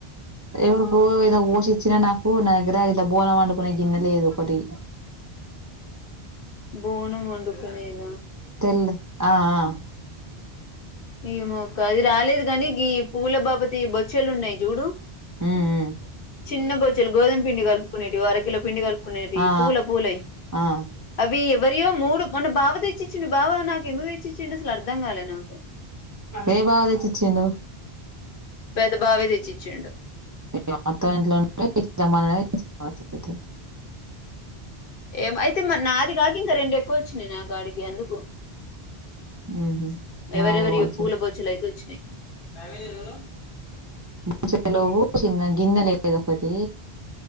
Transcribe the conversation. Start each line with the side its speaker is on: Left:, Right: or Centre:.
Right: ఎవరికో ఏదో వో చి ఇచ్చిన నాకు నా దగ్గర ఇట్లా బోనం వండుకునే గిన్నె లేదు ఒకటి
Left: బోనం వండుకునేద
Right: తెల్లద్ ఆ ఆ
Left: ఏమోక్క అది రాలేదు కానీ పూల బాపతి బొచ్చలు ఉన్నాయి చూడు
Right: ఉమ్ ఉమ్
Left: చిన్న బొచ్చలు గోదమ్పిండి కలుపుకునేటివి ఓ అర కిలో పిండి కలుప్ కునేటివి
Right: ఆ
Left: పూల పూలయి
Right: ఆ ఆ
Left: అవి మరియో మూడు మొన్న బావ తెచ్చిచ్చిండు బావ నాకుందుకు తె చిచ్చిండు అసల్ అర్థంకాలేనాకు
Right: ఏ బావ దెచ్చి చిండు
Left: పెద్ద బావే తెచ్చి ఇచ్చిండు
Right: మా అత్తగారింట్లో ఉంటే ఇచ్చి రమ్మన్ గనే ఇచ్చి రావచ్చు అయితే
Left: ఏమోయితే మరి నాది కాకింకా రెండు ఎ ఇవ్వొచ్చినయ్ నా గాడికి ఎందుకు
Right: ఊహు మాయ
Left: ఎవరే ఎవరియో
Right: పోవచ్చు
Left: పూల బొచ్చల్ అయితే చి <unintelligible>
Right: మంచి <inaudible> నువ్వు చిన్న గిన్నె లేద ఒకటి